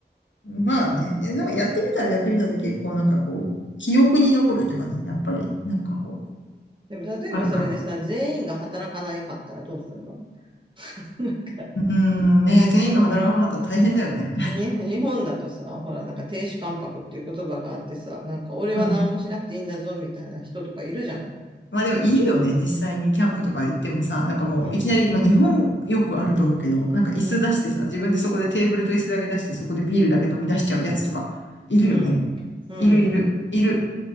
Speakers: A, on the left; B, on the right.
A: まあね、え、なんかやってみたらやってみたで結構なんかこう、記憶に残るっていうかね、やっぱりなんかこう、
B: でも例えばそれでさ、
A: あるから。
B: 全員が働かないかったらどうするの <laughs> なんか
A: うん、ね、全員が働かなかったら大変だよね。
B: 日本、日本だとさ、ほらなんか亭主関白っていう言葉があってさ、なんか俺は何もしなくていいんだぞみたいな人とかいるじゃない。
A: <laughs> うん。まあでもいるよね。実際にキャンプとか行ってもさ、なんかもういきなり、
B: うん、
A: まあ日本よくあると思うけど、なんか椅子出してさ、
B: うん、
A: 自分でそこでテーブルと椅子だけ出して、そこでビールだけ飲み出しちゃうやつとか、いるよね。
B: うん、うん。
A: いるいる、いる。